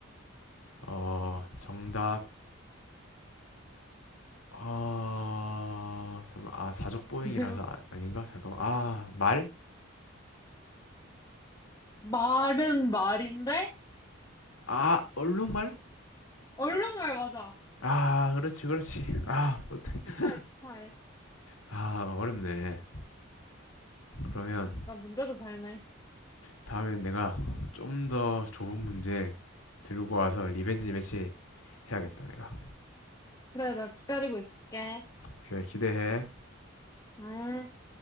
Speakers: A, on the left; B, on the left.
A: 어, 정답, 아, 잠깐만. 아, 사족보행이라서
B: <laughs>
A: 아, 닌가 잠깐만. 아, 말?
B: 말은 말인데?
A: 아, 얼룩말?
B: 얼른말 맞아.
A: 아, 그렇지, 그렇지. 아, 어떡해.
B: 축하해, 축하해.
A: 아, 어렵네. 그러면
B: 나 문제도 잘 내.
A: 다음에 내가 좀 더 좋은 문제 들고 와서 리벤지 매치 해야겠다, 내가.
B: 그래, 나 기다리고 있을게.
A: 오케이, 기대해.
B: 응.